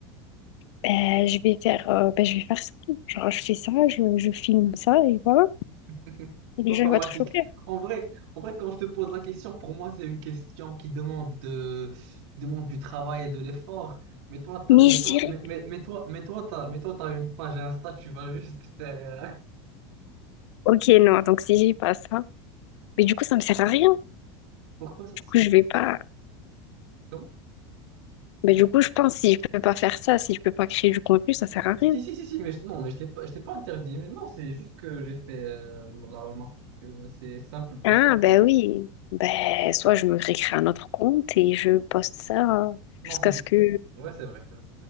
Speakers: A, on the left; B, on the right.
A: Ben, je vais faire, euh, ben, je vais faire ça. Genre, je fais ça, je, je filme ça et voilà.
B: <laughs>
A: Et les
B: Automatique.
A: gens, ils vont être choqués.
B: En vrai, en vrai, quand je te pose la question, pour moi, c'est une question qui demande de, qui demande du travail et de l'effort. Mais toi, t'as-
A: Mais
B: mais
A: je
B: toi,
A: dirais.
B: mais, mais, mais toi, mais toi, t'as, mais toi, t'as une page Insta, tu vas juste faire. euh, <laughs>
A: Ok, non, donc si j'ai pas ça, mais du coup, ça me sert à rien.
B: Pourquoi ça, c'est
A: coup, je vais pas.
B: comment?
A: Mais du coup, je pense si je peux pas faire ça, si je peux pas créer du contenu, ça sert à rien.
B: Si, si, si, si, mais je- non, mais je t'ai pas, je t'ai pas interdit. Mais non, c'est juste que j'ai fait euh, la remarque que c'est simple pour
A: Ah,
B: toi.
A: ben oui. Ben, soit je me récrée un autre compte et je poste ça
B: Non,
A: jusqu'à
B: si tu.
A: ce que,
B: Ouais, c'est vrai. c'est vrai.